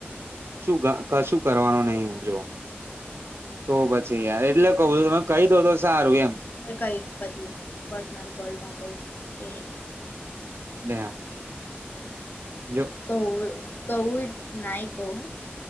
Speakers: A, on the right; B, on the left.
A: શું કશું કરવાનું નહીિ. જો તો પછી યાર એટલે ક તમે કહી દ તો સારું એ.
B: એકઇસ પચીસ પર્સનલ કોૉલ ભ કસ પૂરો
A: દ, જો
B: કહ, કહું નાહી કહું